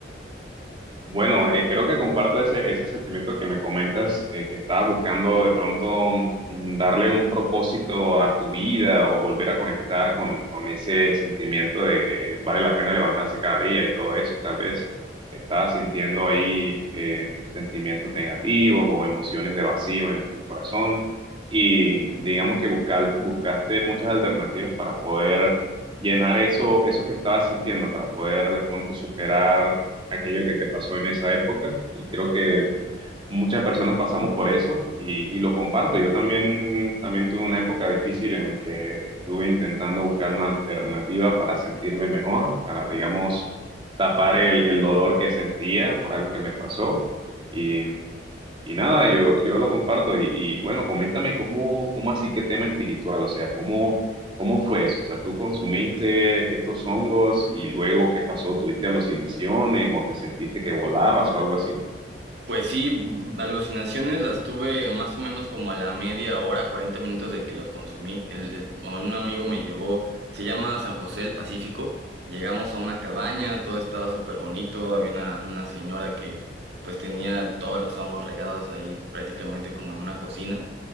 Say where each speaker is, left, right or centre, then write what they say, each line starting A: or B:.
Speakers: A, on the right; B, on the right.
A: Bueno, eh, creo que comparto ese, ese sentimiento que me comentas, de que estabas buscando de pronto mm, darle un propósito a tu vida o volver a conectar con, con ese sentimiento de que vale la pena levantarse cada día y todo eso. Tal vez estabas sintiendo ahí eh, sentimientos negativos o emociones de vacío en tu corazón y digamos que buscar, buscaste muchas alternativas para poder llenar eso, eso que estabas sintiendo, para poder de pronto superar aquello que te pasó en esa época y creo que muchas personas pasamos por eso y, y lo comparto. Yo también, también tuve una época difícil en la que estuve intentando buscar una alternativa para sentirme mejor, para, digamos, tapar el, el dolor que sentía por algo que me pasó. Y, y nada, yo, yo lo comparto y, y bueno, coméntame cómo, cómo así que tema espiritual, o sea, cómo... ¿Cómo fue eso? O sea, ¿tú consumiste estos hongos y luego qué pasó? ¿Tuviste alucinaciones o te sentiste que volabas o algo así?
B: Pues sí, mm, alucinaciones las tuve más o menos como a la media hora, 40 minutos de que los consumí. El- el- un amigo me llevó, se llama San José del Pacífico. Llegamos a una cabaña, todo estaba súper bonito. Había una, una señora que pues tenía todos los hongos regados ahí prácticamente como en una cocina.